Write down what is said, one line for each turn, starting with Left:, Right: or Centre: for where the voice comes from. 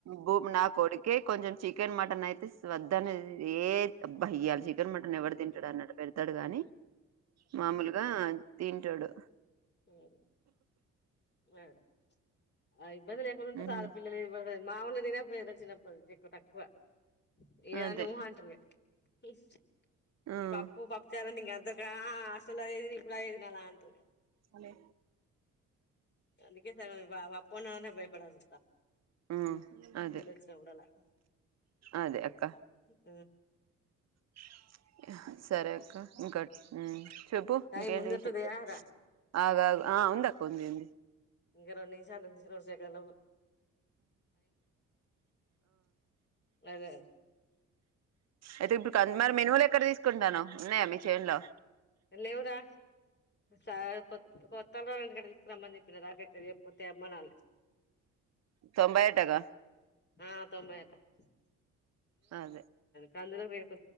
Right: బూ నా కొడుకే కొంచెం చికెన్, మటన్ అయితే స్ వద్దన్నే ఏ అబ్బా ఇయ్యాలి, చికెన్ మటన్ ఎవరు తింటాడ అన్నట్డు పెడతాడుగా అని మామూలుగా తింటాడు
Left: హ్మ్మ్ హ్ <unintelligible> ప్చ్ అయి బడి లేకునుంటే
Right: హ్మ్.
Left: బాగా పిల్లలు <unintelligible> మామలుగా తినేప్ వేరే చిన్నప్పటినుంచి ఇప్పుడు తక్కువా ఏదంట
Right: అదే.
Left: ఊహాంట్రగా హాయెస్ట్
Right: హ్మ్.
Left: ఇగ పాప్పు పాప్ప్ చారాండింగా త్ తోక్కా అసలుది అదేది ఇప్పుడు అదైదు నాల్లా అంతుర్రుగా
Right: ప్చ్ అల్లో
Left: అందుకే సగం <unintelligible> నాన్నే బయపడాకు
Right: హ్మ్మ్ అదే
Left: వచ్చినప్పుడలా
Right: అదే అక్క
Left: ఉ
Right: ప్చ్ ఆహా సరే అక్క ఇంకట్ హ్మ్
Left: టైం
Right: ఇంకేంటి
Left: ముందట్టుదేయా
Right: విశేషాల్
Left: రా
Right: ఆగ్ ఆగ్ ఆ ఉందక్ కొంది ఉంది
Left: ఇంకా రెన్ని నిమిషాలు ఉం సెకన్ లో అదే
Right: ఎయితే ఇప్పుడు మరి మేను లేక్క కుంటాను ఉన్నాయా మీ చేనలో
Left: లేవురా చ కొ కొ తల ఎ క విస్తమందిప్పిన రాక ఎపోతే అమ్మనాలు
Right: తొంభై అంటగా
Left: ఆ తొంభైట <unintelligible>
Right: అదే.
Left: కందులోర <unintelligible>